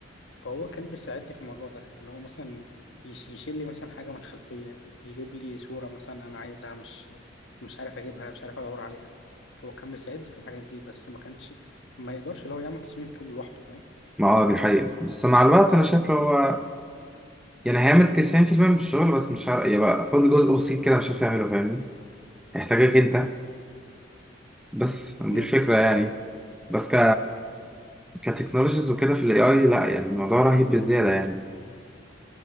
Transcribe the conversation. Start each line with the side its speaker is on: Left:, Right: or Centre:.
Left: فهو كان بيساعدني في الموضوع ده ان هو مثلا يش- يشيل لي مثلا حاجه من الخلفيه يجيب لي صوره مثلا انا عايزها مش مش عارف اجيبها مش عارف ادور عليها فهو كان بيساعدني في الحاجات دي بس ما كانش ما يقدرش اللي هو يعمل تصميم كله لوحده فاهم
Centre: ما اه دي حقيقة بس مع الوقت انا شايف لو هو يعني هيعمل 90% من الشغل بس مش عارف يبقى خد جزء بسيط كده مش عارف يعمله فاهمني هيحتاجك انت بس دي
Left: امم
Centre: الفكرة يعني بس كتكنولوجيز وكده في الاي اي لا يعني الموضوع رهيب بزياده يعني